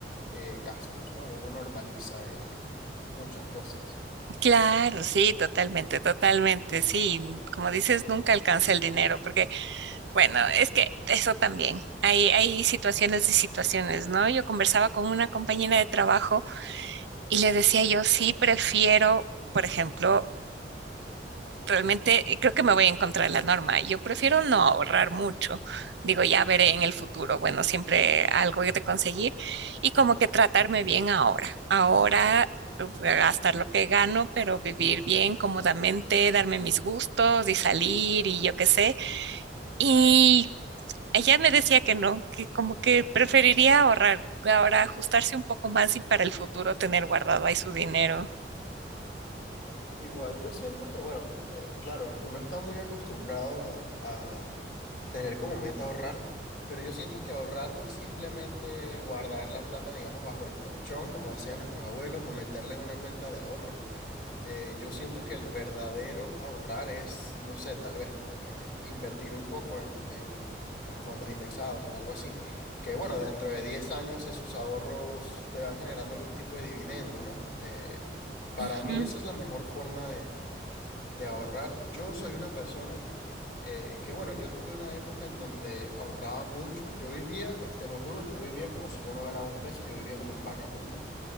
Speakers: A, on the left (about 50°); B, on the right (about 75°).
A: eh, gastos, ¿no? Uno normaliza eh, muchas cosas.
B: claro, sí, totalmente, totalmente, sí. Como dices, nunca alcanza el dinero, porque Bueno, es que eso también. Hay, hay situaciones y situaciones, ¿no? Yo conversaba con una compañera de trabajo y le decía yo, sí, prefiero, por ejemplo, realmente eh, creo que me voy en contra de la norma. Yo prefiero no ahorrar mucho. Digo, ya veré en el futuro. Bueno, siempre algo he de conseguir y como que tratarme bien ahora. Ahora eh, gastar lo que gano, pero vivir bien, cómodamente, darme mis gustos y salir y yo qué sé. Y ella me decía que no, que como que preferiría ahorrar, que ahora ajustarse un poco más y para el futuro tener guardado ahí su dinero.
A: Igual, yo siento que, bueno, eh, claro, uno está muy acostumbrado a, a tener como meta ahorrar, pero yo siento que ahorrar no es simplemente guardar la plata, digamos, bajo el colchón, como decían nuestros abuelos, o meterla en una cuenta de ahorro, Eh, yo siento que el verdadero ahorrar es, no sé, tal vez eh, invertir un poco en, en- en fondos indexados o en algo así. Que bueno, dentro de 10 años esos ahorros te van generando algún tipo de dividendo, ¿no? Eh, para
B: Ujú,
A: mí esa es la mejor forma de, de ahorrar. Yo soy una persona eh, que bueno, yo tuve una época en donde ahorraba mucho. Yo vivía, co- te lo juro, yo vivía como si yo no ganaba un peso, yo vivía como un vagabundo.